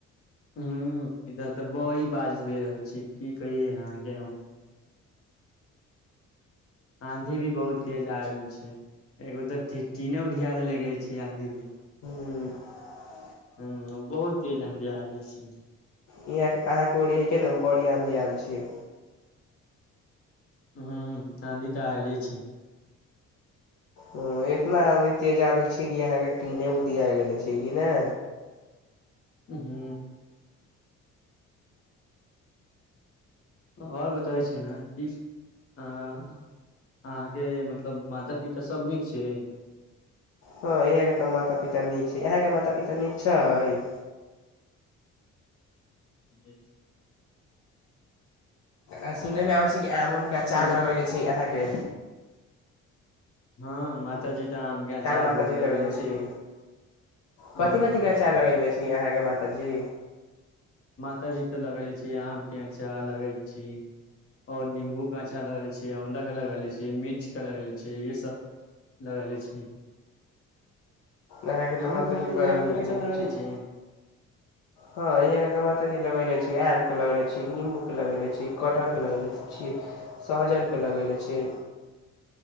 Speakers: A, on the left (about 50°); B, on the left (about 65°).
A: ह इधर तऽ बड़ी बारिश भए रहल छै की कहिेयो अहाँके हम आंधी भी बहुत तेज आ रहल छै एगो तऽ टटीने उधिया के लेगेले छै आंधी मे
B: हू <unintelligible>
A: हू बहुत तेज आधी आ गेल छै
B: यहाँ आहाँके ओड़ी हइ के ने बड़ी आँधी आयल छै
A: हू आधी तऽ आले छै
B: ओ इतना आधी तेज आगेले छै कि यहाँके टीने उदिया गेले छै कि ना
A: ऊ हू आऔर बतबै छि ना कि किछ अहाँके मतलब माता पिता सभ नीक छै
B: हँ यहाँके तऽ माता पिता नीक छै अहाँके माता पिता नीक छै
A: जी
B: आ सुनयमे मे आबै छै कि आम उमके अचार
A: छै
B: लगेले छी अहाँके
A: हँ मातााजी तऽ आमके अचार
B: माताजी
A: बहुत लगेले
B: लगैले
A: छी
B: छै
A: हँ
B: कथी कथी के अचार लगेले छी अहाँके माताजी
A: अभी तऽ लगेले छी आम के अचार लगेले छी और नम्बू के अचार लगेले छी आंवला के लगेले छी मिर्च के लगेले छी ई सब लगेले छी
B: अहाके
A: अहाँके
B: तऽ माता
A: माताजी
B: जी बड़ा
A: आम
B: नीक
A: के अचार
B: नीक
A: लगेले
B: चीज
A: छी
B: हँ यहाँ के माता जी लगेले छै आम लगेले छीये निम्बू के लगेले छीये कटहर के लगेले छीये सहजनके लगेले छीये